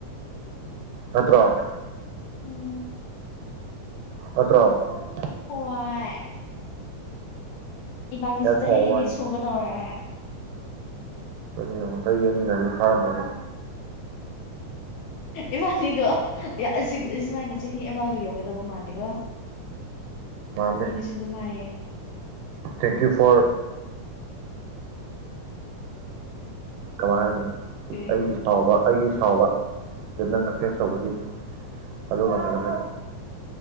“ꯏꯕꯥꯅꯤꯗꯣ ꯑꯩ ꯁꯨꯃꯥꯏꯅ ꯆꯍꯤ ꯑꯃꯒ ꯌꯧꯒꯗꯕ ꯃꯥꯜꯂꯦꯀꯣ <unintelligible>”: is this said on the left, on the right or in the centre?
Left